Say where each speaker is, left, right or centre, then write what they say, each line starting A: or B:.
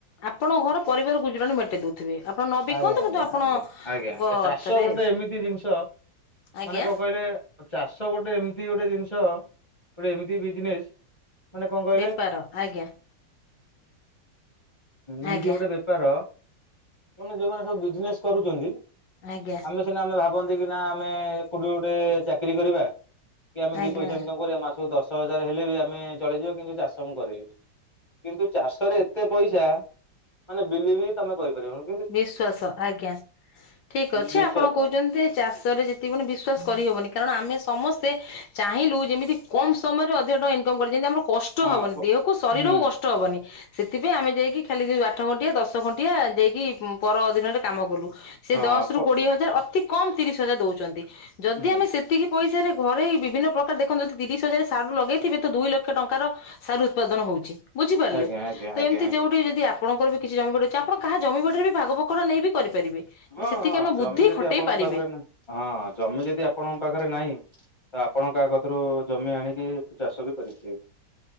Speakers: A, on the left; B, on the left.
A: ଆପଣଙ୍କ ଘର ପରିବାର ଗୁଜୁରାଣ ମେଣ୍ଟେଇ ଦଉଥିବେ। ଆପଣ ନ ବିକନ୍ତୁ
B: ଆଜ୍ଞା
A: କିନ୍ତୁ
B: ଆଜ୍ଞା
A: ଆପଣ
B: ଆଜ୍ଞା ଆଜ୍ଞା
A: ଙ୍କ
B: ଆ ଚାଷ
A: ଅର୍ଥରେ
B: ଗୋଟେ ଏମିତି ଜିନିଷ
A: ଆଜ୍ଞା
B: ମାନେ କଣ କହିଲେ ଚାଷ ଗୋଟେ ଏମିତି ଗୋଟେ ଜିନିଷ। ଗୋଟେ ଏମିତି ବିଜିନେସ୍ ମାନେ କଣ କହିଲେ।
A: ବେପାର ଆଜ୍ଞା
B: ଏମତି
A: ଆଜ୍ଞା
B: ଗୋଟେ ବେ ପାର ମାନେ ଯୋଉମାନେ ସବୁ ବିଜିନେସ୍ କରୁଛନ୍ତି।
A: ଆଜ୍ଞା
B: ଆମେ ସିନା ଆମେ ଭା ଭନ୍ତି କି ନା ଆମେ କୋଉଠି ଗୋଟେ ଚାକିରି କରିବା। କି ଆମେ
A: ଆଜ୍ଞା।
B: ଦି ପଇସା ଇନକମ୍ ମାସକୁ ଦଶ ହଜାର ହେଲେ ବି ଆମେ ଚଳିଯିବା। କିନ୍ତୁ ଚାଷ ମୁଁ କରିବିନି। କିନ୍ତୁ ଚାଷରେ ଏତେ ପଇସା ମାନେ ବିଲିଭ୍ ବି ହିଁ ତମେ କରିପାରିବ।
A: ବିଶ୍ଵାସ ଆଜ୍ଞା ଠିକ୍ ଅଛି।
B: ବିଶ୍ଵାସ
A: ଆପଣ କହୁଛନ୍ତି ଚାଷ୍ ଯେ ବିଶ୍ଵାସ କରିହବନି। କାରଣ ଆମେ ସମସ୍ତେ ଚାହିଁଲୁ। ଯେମିତି କମ୍ ସମୟରେ ଅଧିକ ଟଙ୍କା ଇନ୍ କମ୍ କଲି। ଯେମିତି ଆମର କଷ୍ଟ
B: ହଁ
A: ହବନି
B: ପ
A: ଦେହକୁ ଶରୀରକୁ
B: ହୁଁ
A: କଷ୍ଟ ହବନି। ସେଥିପାଇଁ ଆମେ ଯାଇକି ଖାଲି ଆଠ ଘଣ୍ଟିଆ ଦଶ ଖଣ୍ଟିଆ ଯାଇକି ପର ଅଧିନରେ କାମ କଲୁ। ସେ
B: ହଁ
A: ଦଶ୍
B: ପ
A: ରୁ କୋଡିଏ ହଜାର ଅତି କମ୍ ତିରିଶ ହଜାର ଦୋଉଚନ୍ତି ଯଦି
B: ହୁଁ
A: ଆମେ ସେ ତିକି ପଇସାରେ ଘରେ ବିଭିନ୍ନ ପ୍ରକାର ଦେଖନ୍ତୁ ତିରିଶ ହଜାର ସାରୁ ଲଗେଇଥିବେ ତ ଦୁଇ ଲକ୍ଷ ଟଙ୍କାର ସାରୁ ଉତ୍ପାଦନ ହୋଉଚି। ବୁଝିପାରିଲେ?
B: ଆଜ୍ଞା ଆଜ୍ଞା
A: ତ
B: ଆଜ୍ଞା
A: ଏମତି
B: ଆଜ୍ଞା।
A: ଯେଉଁଠି ଯଦି ଆପଣଙ୍କର କି ଜମି ବାଡ଼ି ଅଛି ଆପଣ କାହା ଜମି ବାଡ଼ିରେ ବି ଭାଗ ବକର ନେଇ ବି କରିପାରିବେ ଦି
B: ହଁ
A: ସେତିକି
B: ହଁ
A: ଆମେ
B: ଜମି
A: ବୁଦ୍ଧି
B: ଯଦି
A: ଖଟେଇ
B: ଆପଣଙ୍କ
A: ପାରିବେ।
B: ପାଖରେ ନାହିଁ ହଁ ଜମି ଯେଦି ଆପଣଙ୍କ ପାଖରେ ନାହିଁ ତ ଆପଣ କାହା କତୁରୁ ଜମି ଆଣିକି ଉ ଚାଷ ବି କରିପାରିଏ।